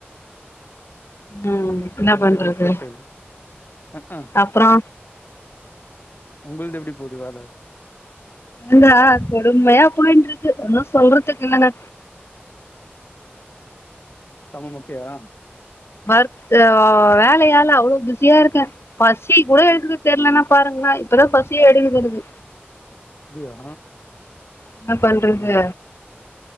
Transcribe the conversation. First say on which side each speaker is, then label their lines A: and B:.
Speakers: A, on the left (about 80°); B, on the left (about 55°).
A: ம் என்ன
B: பிரஷர்ரு
A: பண்றது
B: பிரஷர்ரு ஹாஹான்
A: அப்றோ
B: உங்களது எப்டி புது வேல
A: ஏந்தா கொடுமையா போயின்ட்டு இருக்கு ஒன்னும் சொல்றதுக்கு இல்ல
B: செம மொக்கயா
A: வர்க் அஹ் வேலையால அவ்வளவு பிஸியா இருக்கேன் பசி கூட எடுக்கது தெரலன்னா பாருங்களேன் இப்பதான் பசியே எடுக்கது எனக்கு
B: அப்டியா
A: என்ன பண்றது
B: ஆஹா